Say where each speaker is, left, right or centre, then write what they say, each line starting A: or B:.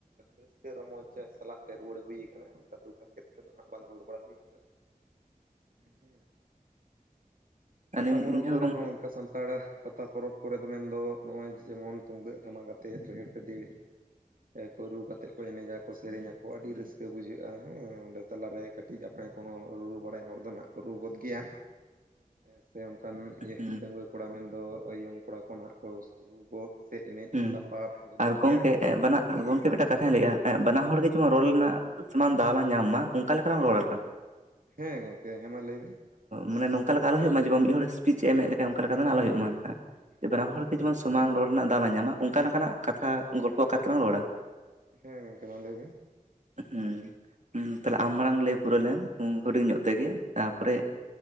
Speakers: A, on the right; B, on the right.
A: ᱨᱟᱹᱥᱠᱟᱹ ᱨᱚᱢᱚᱡ ᱥᱟᱞᱟᱜ ᱛᱮ ᱨᱩᱣᱟᱹᱲ ᱦᱩᱭ ᱠᱟᱱᱟ, ᱚᱱᱠᱟ ᱫᱩᱠ ᱦᱟᱨᱠᱮᱛ ᱛᱮᱫᱚ ᱦᱟᱸᱜ ᱵᱟᱝ ᱨᱩᱣᱟᱹᱲ ᱵᱟᱲᱟ ᱦᱩᱭ ᱠᱟᱱᱟ᱾ ᱦᱩᱸ᱾ ᱯᱟᱛᱟ
B: ᱟᱹᱞᱤᱧ
A: ᱯᱚᱨᱚᱵᱽ
B: ᱤᱧᱦᱚᱸ
A: ᱠᱚᱨᱮ
B: ᱜᱚᱝᱠᱮ
A: ᱦᱚᱸ ᱚᱱᱠᱟ ᱥᱟᱱᱛᱟᱲ, ᱯᱟᱛᱟ ᱯᱚᱨᱚᱵᱽ ᱠᱚᱨᱮ ᱫᱚ ᱢᱮᱱᱫᱚ ᱱᱚᱜᱼᱚᱭ ᱡᱮᱢᱚᱱ ᱛᱩᱢᱫᱟᱹᱜ ᱴᱟᱢᱟᱠ ᱟᱛᱮᱫ ᱨᱮᱦᱮᱲ ᱯᱮᱫᱤᱲ, ᱠᱚ ᱨᱩ ᱠᱟ ᱛᱮᱫ ᱠᱚ ᱮᱱᱮᱡ ᱟᱠᱚ ᱥᱮᱨᱮᱧ ᱟ ᱠᱚ ᱟᱹᱰᱤ ᱨᱟᱹᱥᱠᱟᱹ ᱵᱩᱡᱷᱟᱹᱜᱼᱟ ᱦᱮᱸ ᱚᱸᱰᱮ ᱛᱟᱞᱟᱨᱮ ᱠᱟᱹᱴᱤᱡ ᱟᱯᱲᱮ ᱠᱚᱦᱚᱸ ᱨᱩᱨᱩ ᱵᱟᱲᱟᱭ ᱦᱚᱲ ᱫᱚ ᱱᱟᱦᱟᱜ ᱠᱚ ᱨᱩ ᱜᱚᱫ ᱜᱮᱭᱟ, ᱦᱮᱸ ᱥᱮ ᱚᱱᱠᱟᱱ
B: ᱦᱩᱸ
A: ᱤᱭᱟᱹ ᱰᱟᱺᱜᱣᱟᱹ ᱠᱚᱲᱟ ᱢᱮᱱᱫᱚ ᱟᱹ ᱤᱭᱚᱝ ᱠᱚᱲᱟ ᱠᱚ ᱱᱟᱦᱟᱜ ᱠᱚ ᱨᱩ ᱜᱚᱫ ᱥᱮ ᱮᱱᱮᱡ
B: ᱦᱩᱸ
A: ᱥᱟᱯᱟᱯ ᱜᱚᱫᱚᱜ
B: ᱜᱚᱝᱠᱮ
A: ᱜᱮᱭᱟ ᱠᱚ᱾
B: ᱵᱟᱱᱟ ᱟᱨ ᱜᱚᱝᱠᱮ ᱢᱤᱫᱴᱟᱝ ᱠᱟᱛᱷᱟᱧ ᱞᱟᱹᱭᱮᱜ-ᱟ, ᱟᱭᱟᱜ ᱵᱟᱱᱟ ᱦᱚᱲ ᱜᱮ ᱡᱮᱢᱚᱱ ᱨᱚᱲ ᱨᱮᱱᱟᱜ ᱥᱚᱢᱟᱱ ᱫᱟᱣ ᱞᱟᱝ ᱧᱟᱢ ᱢᱟ ᱚᱝᱠᱟ. ᱞᱮᱠᱟ ᱞᱟᱢ ᱨᱚᱲᱟ᱾
A: ᱦᱮᱸ ᱜᱚᱝᱠᱮ ᱦᱮᱸ ᱢᱟ ᱞᱟᱹᱭ ᱵᱤᱱ᱾
B: ᱢᱟᱱᱮ ᱱᱚᱝᱠᱟ ᱞᱮᱠᱟ ᱟᱞᱚ ᱦᱩᱭᱩᱜ ᱢᱟ ᱡᱮᱢᱚᱱ ᱢᱤᱫ ᱦᱚᱲ ᱤᱥᱯᱤᱪ ᱮ ᱮᱢᱮᱫ ᱞᱮᱠᱟᱭ ᱚᱱᱠᱟ ᱞᱮᱠᱟ ᱫᱚ ᱱᱟᱦᱟᱜ ᱟᱞᱚ ᱦᱩᱭᱩᱜ ᱢᱟ ᱱᱟᱦᱟᱜ᱾
A: ᱦᱮᱸ
B: ᱡᱮ ᱵᱟᱱᱟ
A: ᱦᱮᱸ
B: ᱦᱚᱲ ᱜᱮ ᱡᱮᱢᱚᱱ ᱥᱚᱢᱟᱱ ᱨᱚᱲ ᱨᱮᱱᱟᱜ ᱫᱟᱣ ᱞᱟᱝ ᱧᱟᱢᱟ, ᱚᱱᱠᱟ ᱞᱮᱠᱟᱱᱟᱜ ᱠᱟᱛᱷᱟ ᱜᱚᱞᱯᱚ ᱟᱠᱟᱨ ᱛᱮᱞᱟᱝ ᱨᱚᱲᱟ᱾
A: ᱦᱮᱸ ᱜᱚᱝᱠᱮ ᱢᱟ ᱞᱟᱹᱭ ᱵᱮᱱ᱾
B: ᱦᱩᱸ᱾ ᱦᱩᱸ ᱛᱟᱦᱚᱞᱮ ᱟᱢ ᱢᱟᱲᱟᱝ ᱞᱟᱹᱭ ᱯᱩᱨᱟᱹᱣ ᱞᱮᱢ ᱦᱩᱸ ᱦᱩᱰᱤᱧ ᱧᱚᱜ ᱛᱮᱜᱮ ᱛᱟᱯᱚᱨᱮ